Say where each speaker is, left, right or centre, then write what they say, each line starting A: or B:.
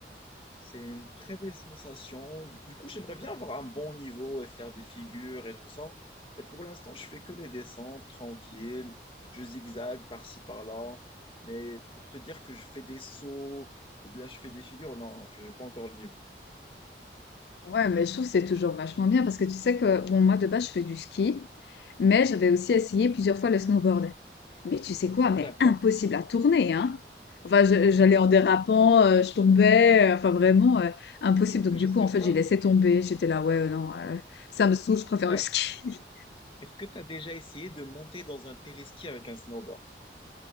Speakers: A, on the left; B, on the left.
A: C'est une très belle sensation. Du, du coup, j'aimerais bien avoir un bon niveau et faire des figures et tout ça. Et pour l'instant, je fais que les descentes tranquilles. Je zigzague par-ci, par-là. Mais pour te dire que je fais des sauts ou bien je fais des figures, non, je n'ai pas encore le niveau.
B: Ouais, mais je trouve que c'est toujours vachement bien parce que tu sais que bon moi de base je fais du ski, mais j'avais aussi essayé plusieurs fois le snowboard. Mais tu sais quoi? Mais
A: D'accord.
B: impossible à tourner, hein? Enfin, je- j'allais en dérapant, euh, je tombais, euh, enfin vraiment euh, impossible.
A: Je,
B: Donc
A: je
B: du
A: sais
B: coup, en
A: pas.
B: fait, j'ai laissé tomber. J'étais là, ouais, euh, non, euh, ça me saoule, je préfère
A: t'as-
B: le ski.
A: Est-ce que tu as déjà essayé de monter dans un téléski avec un snowboard?